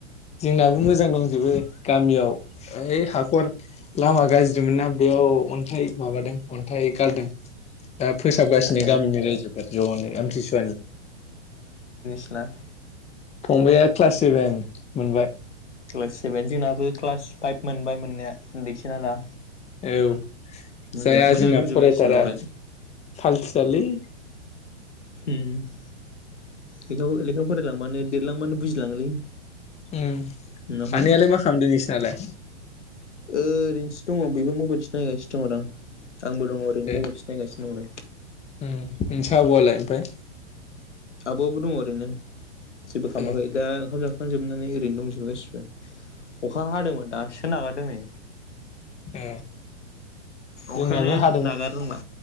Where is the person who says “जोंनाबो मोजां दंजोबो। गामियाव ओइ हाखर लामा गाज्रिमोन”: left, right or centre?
Left